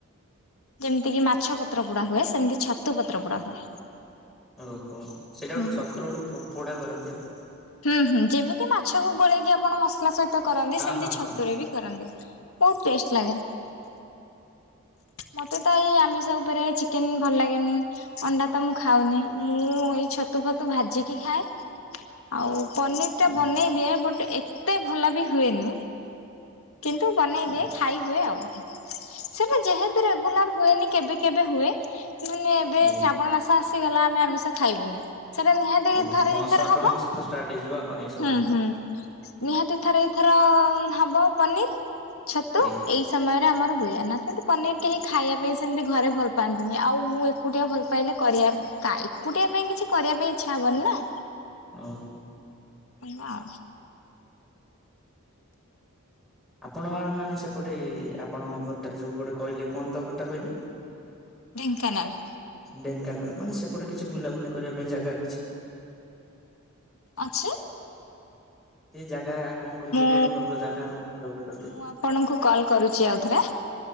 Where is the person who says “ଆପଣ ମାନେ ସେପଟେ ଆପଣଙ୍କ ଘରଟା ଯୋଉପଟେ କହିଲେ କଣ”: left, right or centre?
Centre